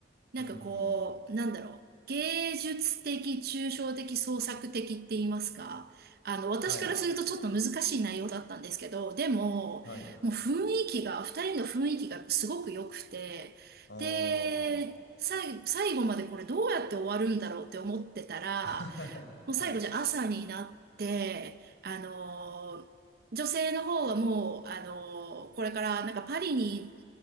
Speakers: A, on the right (about 60°); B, on the left (about 80°).
A: なんかこう、
B: うんうんうん。
A: なんだろう、芸術的、抽象的、創作的って言いますか。あの、私からするとちょっと難しい内容だったんですけど、
B: はい。
A: でも、
B: はい。
A: もう雰囲気が、二人の雰囲気がすごく良くて、
B: あー。
A: で、最、最後までこれどうやって終わるんだろうって思ってたら、
B: <laughs>
A: もう最後じゃあ朝になって、
B: はい。
A: あのー女性の方はもう、あのーこれからなんかパリに